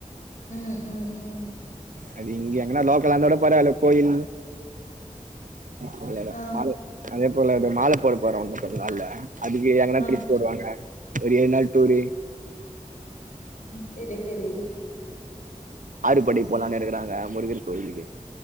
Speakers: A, on the left; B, on the right.
A: ம் ம் ம்
B: அது இங்க எங்கனா லோக்கலாந்தாக் கூட பரவால்ல கோயில் <inaudible>
A: ஆ
B: அதேப் போல இப்ப மால போட போறோ இன்னு கொஞ்ச நாள்ல அதுக்கு எங்கனா
A: ஆ
B: ட்ரிப் போடுவாங்க ஒரு ஏழ் நாள் டூரு
A: சேரி செரி
B: ஆறுபடை போலான் இருக்குறாங்க முருகர் கோயிலுக்கு